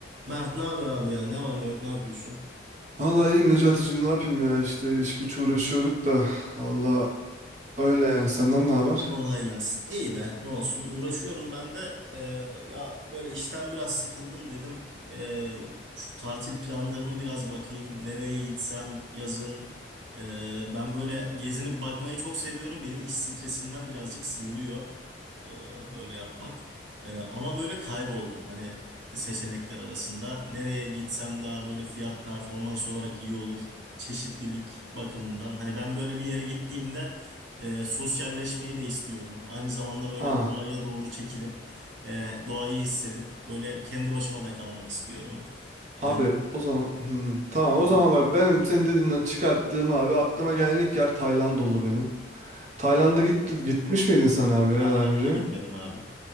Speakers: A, on the right; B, on the right.
A: Mert ne haber abi ya? Ne var ne yok ne yapıyorsun?
B: Vallahi iyiyim Necati'cim ne yapayım ya işte iş güç uğraşıyorduk da valla öyle yani senden ne haber?
A: Kolay gelsin. İyi be, ne olsun. Uğraşıyorum ben de. Ee, ya böyle işten biraz sıkıldım dedim. Ee, şu tatil planlarını biraz bakayım. Nereye gitsem yazın. Ee, ben böyle gezinip bakmayı çok seviyorum. Beni iş stresinden birazcık sıyırıyor ee, böyle yapmak. Ee, ama böyle kayboldum. Hani seçenekler arasında. Nereye gitsem daha böyle fiyat performans olarak iyi olur. Çeşitlilik bakımından. Hani ben böyle bir yere gittiğimde e, sosyalleşmeyi de istiyorum. Aynı zamanda böyle
B: Ha
A: doğaya doğru çekilip e, doğayı hissedip böyle kendi başıma da kalmak istiyorum. E,
B: abi
A: bir-
B: o zaman hmm, tamam o
A: e,
B: zaman bak benim senin dediğinden çıkarttığım abi aklıma gelen ilk yer Tayland oldu benim. Tayland'a gitti, gitmiş miydin sen abi ya
A: Tayland'a
B: daha önce?
A: gitmedim abi.